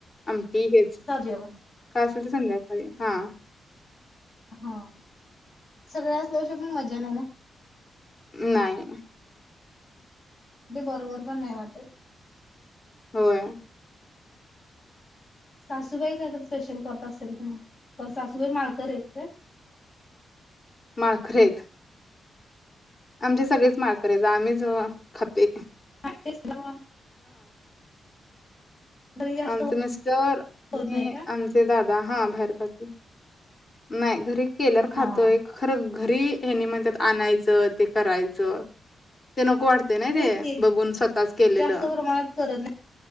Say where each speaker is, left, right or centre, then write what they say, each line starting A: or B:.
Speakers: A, on the left; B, on the left.
A: आमटी हेच,
B: साधं जेवण.
A: कास तरी संध्याकाळी, हां
B: हां, सगळ्या असल्याशिवाय पण मज्या नाही ना?
A: नाही
B: ते बरोबर पण नाही वाटत.
A: होय
B: सासूबाई काय काय स्पेशल करत असतील मगं. सासूबाई माळकरी आहेत काय?
A: माळकरी आहेत. आमचे सगळेच माळकरी आहेत. आम्हीच खातेय.
B: <unintelligible> घरी जास्त
A: आमचे मिस्टर,
B: होत
A: मी,
B: नाही का?
A: आमचे दादा, हा बाहेर. <unintelligible> नाही घरी- केल्यावर खातोय
B: हा
A: खरं घरी हे म्हणतात आणायचं ते करायचं ते नको वाटतयं. ते नाही
B: तेच की
A: का स्वतःच केलेले
B: जास्त प्रमाणात करत